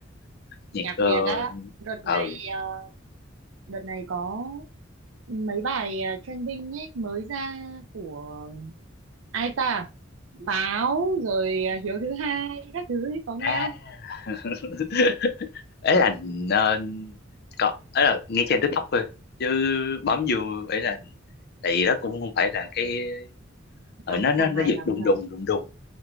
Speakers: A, on the right; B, on the left.
A: Nhạc
B: nhạc ờ,
A: Việt á, đợt
B: ờ,
A: này ờ, đợt này có mấy bài ờ, trending ấy mới ra của ai ta? Pháo rồi ờ, Hiếu thứ hai các thứ ấy, có nghe
B: à,
A: không?
B: <laughs> ấy là ờ, có, ấy là nghe trên TikTok thôi, chứ bấm vô ấy là, tại vì đó cũng không phải là cái,
A: Ê,
B: ờ,
A: nó
B: nó
A: cũng
B: nó
A: không
B: nó
A: hay
B: giật
A: lắm
B: đùng
A: đâu.
B: đùng đùng đùng